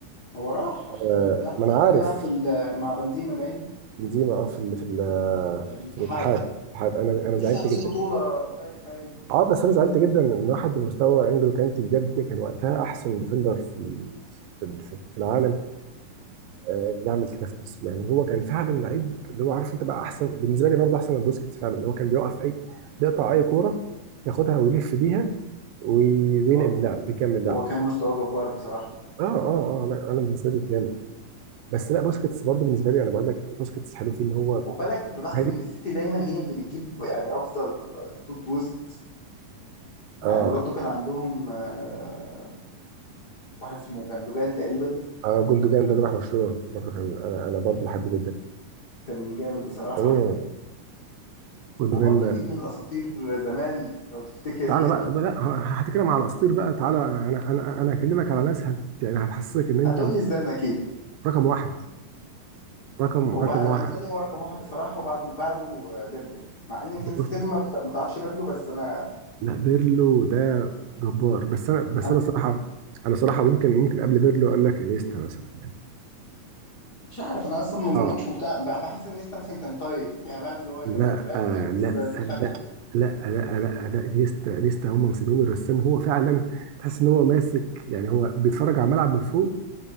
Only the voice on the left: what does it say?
هو راح راح
كان بيلعب
بيلعب,
بيلعب في ال- مع بنزيما باين
في في الاتحاد
هم لسه
واخدين
بطوله قريب باين
و-
و-
هو كان مستواه جبار بصراحه
خد بالك كنت لاحظ
ان السيتي دايما هي اللي بتجيب يعني افضل خطوط وسط
يعني برضو كان عندهم آه، واحد اسمه جندوجان تقريبا
كان جامد بصراحه
وبرضه في من الاساطير زمان لو تفتكر
هتقول لي زدان اكيد
وبقى
انا بالنسبه لي هو رقم واحد بصراحه وبعده وبعده آه، بيرلو مع ان
في ناس كتير ما بت- ما تعرفش بيرلو بس انا
انا
مش عارف انا اصلا ما
كنتش مقتنع ب- بحس ان نيستا مثلا كان طيب <laughs> يعني فاهم اللي هو
كان غلبان
فالناس
آه، بتحبه